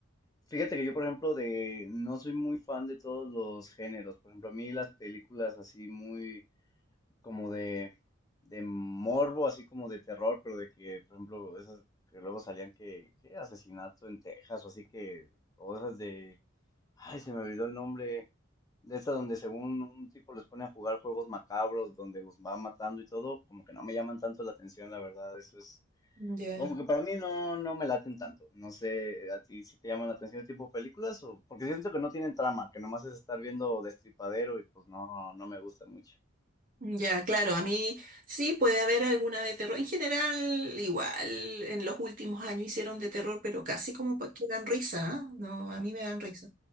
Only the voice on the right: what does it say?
Ya,
Ya, claro, a mí sí puede haber alguna de terror. En general, igual, en los últimos años hicieron de terror, pero casi como pa- que dan risa, ¿ah? No, a mí me dan risa,